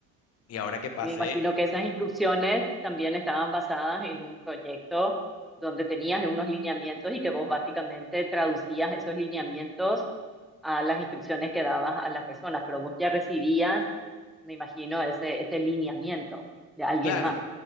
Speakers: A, on the left (about 50°); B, in the centre.
A: Y ahora que pasé,
B: Me imagino que esas instrucciones también estaban basadas en un proyecto donde tenías unos lineamientos y que vos básicamente traducías esos lineamientos a las instrucciones que dabas a las personas, pero vos ya recibías, me imagino, ese, ese lineamiento de alguien
A: claro,
B: más,